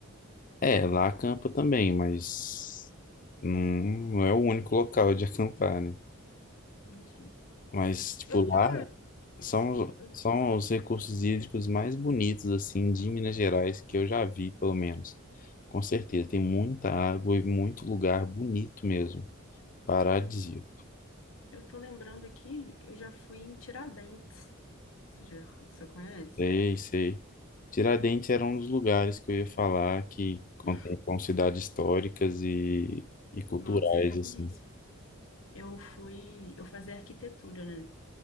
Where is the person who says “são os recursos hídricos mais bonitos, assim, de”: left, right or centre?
Left